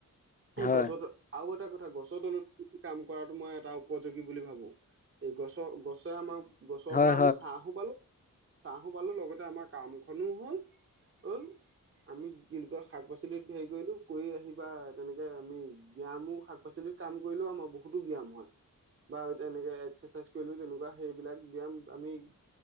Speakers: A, on the right (about 40°); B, on the left (about 25°).
A: এই
B: হয়,
A: গছৰ তল। আও। তে, গছৰ তলত কাম কৰা তেওঁ মই এটা উপযোগী বুলি ভাৱো। গছ গছৰ আমাৰ। গছৰ
B: হয়, হয়,
A: পৰা আমি ছাঁ হো পালো চাহু পালোঁ লগেতে আমাৰ কাম সমূহ হল। অ, আমি জেনুকা শাক পাচলি ধেৰি কৰিলোঁ কৰী আহিব তেনুকা আমি বিয়ামো শাক পেচেনিত কাম কৰিলেও আমাৰ বহুতো ব্যয়াম হয়, বা তেনেকে এক্সেচাইজ কৰিলেও তেনুকা সেইবিলাক ব্যয়াম আমি,